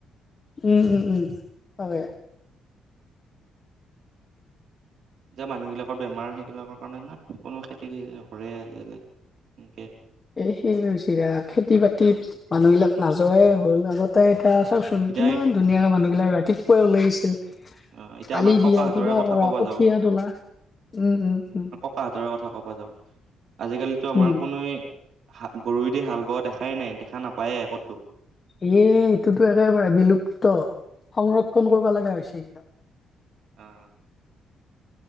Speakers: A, on the left; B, on the right.
A: উম উম উম হয়
B: যে মানুহ বিলাকৰ বেমাৰ সেইগিলাকৰ কাৰণে না কোনো খেতি খেতি নকৰে আজি-কালি সেনেকে
A: এই সেই হৈছে <unintelligible> খেতি বাতিত মানুহ বিলাক নাযোৱাই হ'ল আগত তাই
B: উম
A: এতা চাওঁকচোন
B: এতিয়া
A: কিমান ধুনীয়া মানুহগিলাক ৰাতিপুৱাই ওলাই গৈছিল।
B: অ এতিয়া আমাৰ
A: আলি
B: ককাহঁতৰে
A: দিয়া কিবা
B: কথা
A: কৰা
B: কবা
A: কঠীয়া
B: যাওঁ
A: তোলা উম উম উম।
B: আ হাতৰ কথা কবা যাওঁ আজি-কালিটো আমাৰ
A: উম
B: কোনোৱে হা গৰুৱেদি হাল বোৱা দেখাই নাই দেখা নাপায়ে কতো
A: এ এইটোতো একেবাৰে বিলুপ্ত সংৰক্ষণ কৰিব লগা হৈছে এইবিলাক।
B: অ